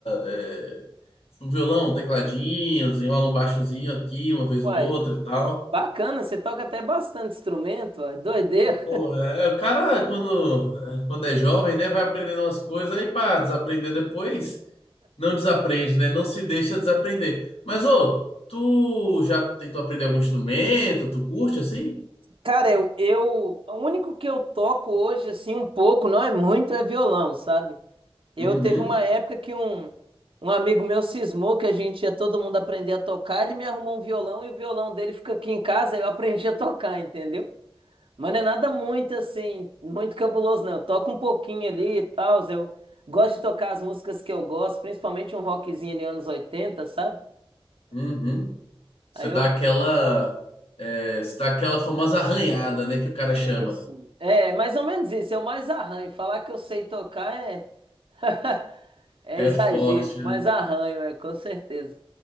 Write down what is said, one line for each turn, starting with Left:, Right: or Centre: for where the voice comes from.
Left: É, tipo, violão, tecladinho, desenrola um baixozinho aqui, uma vez
Right: Uai,
Left: ou outra e tal.
Right: bacana, você toca até bastante instrumento, uai, doideira.
Left: Pô, é, é, o cara, quando, é, quando é jovem, né, vai aprendendo umas coisas aí para desaprender depois. Não desaprende, né? Não se deixa desaprender. Mas, ô, tu já tentou aprender algum instrumento? Tu curte assim?
Right: Cara, eu, eu, o único que eu toco hoje, assim, um pouco, não é muito, é violão, sabe? Eu
Left: Uhum,
Right: teve uma época que um, um amigo meu cismou que a gente ia todo mundo aprender a tocar, ele me arrumou um violão e o violão dele fica aqui em casa, eu aprendi a tocar, entendeu? Mas não é nada muito, assim, muito cabuloso, não. Eu toco um pouquinho ali e tal, eu gosto de tocar as músicas que eu gosto, principalmente um rockzinho ali anos oitenta sabe?
Left: uhum. Você
Right: Aí
Left: dá
Right: eu.
Left: aquela, é, você dá aquela famosa arranhada, né, que o cara chama.
Right: Isso. É, mais ou menos isso, eu mais arranho. Falar que eu sei tocar é. <laughs> É
Left: É
Right: exagero,
Left: forte, né?
Right: mas arranho, é, com certeza.